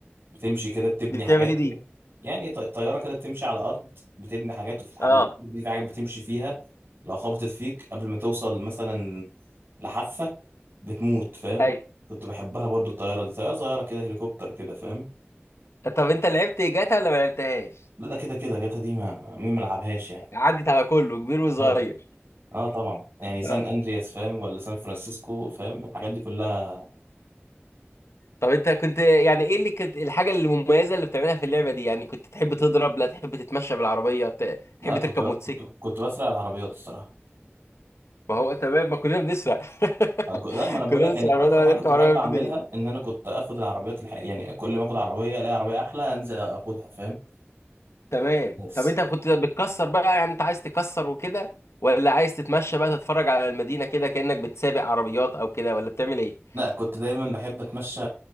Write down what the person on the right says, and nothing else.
بتمشي كده بتبني
حاجات
كده يعني ط- طيارة كده بتمشي على الأرض بتبني حاجات وفي الحاجة
دي في حاجات بتمشي فيها لو خبطت فيك قبل ما توصل مثلا لحافة بتموت فاهم
كنت بحبها برضو الطيارة دي طيارة صغيرة كده هليكوبتر كده فاهم
لا ده كده كده جاتا دي ما ما- مين ملعبهاش يعني
اه اه طبعا يعني سان
اندرياس فاهم ولا سان فرانسيسكو فاهم الحاجات دي كلها
لا
كنت
ب...
كنت كنت بسرق العربيات الصراحه
أنا كنت... لا ما انا بقول
لك
يعني اكتر
حاجه
كنت بحب
اعملها
ان انا كنت اخد العربيات الح... يعني كل ما اخد عربيه الاقي عربيه احلى انزل اخدها فاهم
بس
لا كنت دايما بحب اتمشى